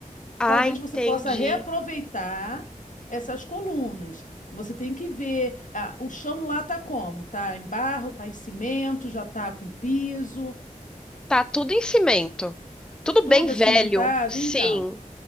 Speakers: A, in the centre; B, on the left (about 65°).
A: Ah,
B: Talvez
A: entendi.
B: você possa reaproveitar essas colunas. Você tem que ver, ah, o chão lá tá como? Tá em barro, tá em cimento, já tá com piso,
A: Tá tudo em cimento. Tudo
B: toda
A: bem velho.
B: cimentada,
A: Sim.
B: então.